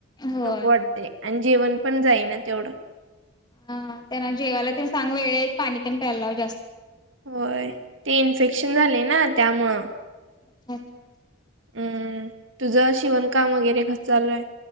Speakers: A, on the left; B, on the right.
A: होय
B: नको वाटते आणि जेवण पण जाईना तेवढं
A: ह त्यांना जेवायला ते सांग वेळेत पाणी ते प्यायला लाव जास्त
B: होय ते इन्फेक्शन झाले ना त्यामुळं
A: अच्छ अच्छ अ्ा
B: हम्म तुझं शिवणकाम वगैरे कसं चालूय